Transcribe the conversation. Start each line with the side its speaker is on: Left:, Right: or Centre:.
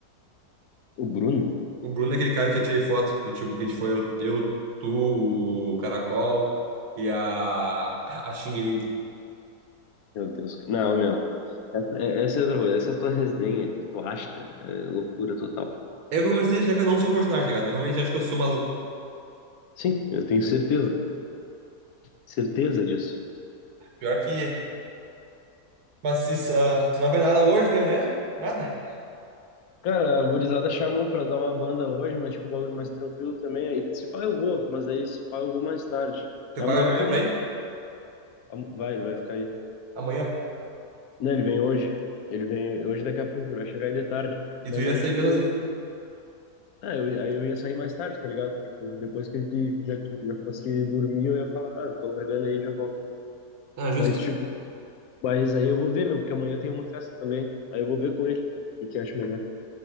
Left: O Bruno?
Right: O Bruno é aquele cara que eu tirei foto do time que a gente foi, eu, eu, tu, o Caracol e a, a Xing Ling.
Left: Meu Deus. cara. Não, meu. Essa, é- essa é outra coisa. Essa é a tua resenha que tu acha é loucura total.
Right: Eu comecei a achar que eu não sou um personagem, tá ligado? Eu realmente acho que eu sou maluco.
Left: Sim, eu tenho certeza. Certeza disso.
Right: Pior que. Mas isso, ah, tu não vai nada hoje, nem amanhã? Nada.
Left: Cara, a gurizada chamou pra dar uma banda hoje, mas tipo, um bagulho mais tranquilo também. Aí, se pá, eu vou, mas aí se pá, eu vou mais tarde.
Right: Teu
Left: Amanhã
Right: pai vai amanhã
Left: tem
Right: pra
Left: uma.
Right: ir?
Left: am- Vai, ele vai ficar aí.
Right: Amanhã.
Left: Não, ele vem hoje. Ele vem hoje daqui a pouco, ele vai chegar aí de tarde.
Right: E
Left: Mas
Right: tu ia
Left: aí,
Right: sair
Left: tipo,
Right: mesmo assim.
Left: ah, eu, aí eu ia sair mais tarde, tá ligado? Tipo, depois que ele já, ti- já fosse dormir, eu ia falar, ah, tô largando aí, já volto.
Right: Ah, justo.
Left: Mas, tipo, mas aí eu vou ver, meu, porque amanhã tem uma festa também. Aí eu vou ver com ele o que que acho melhor.